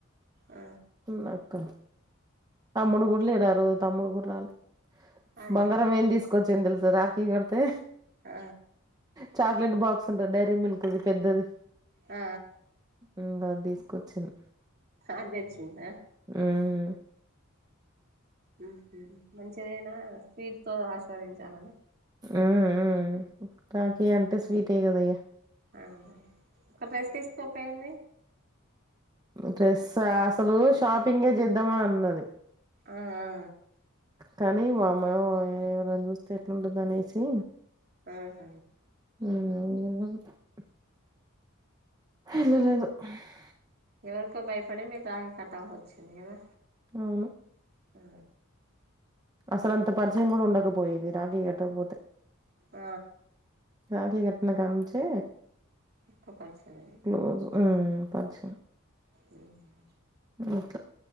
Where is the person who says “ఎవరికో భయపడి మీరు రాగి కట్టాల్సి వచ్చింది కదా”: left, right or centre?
Right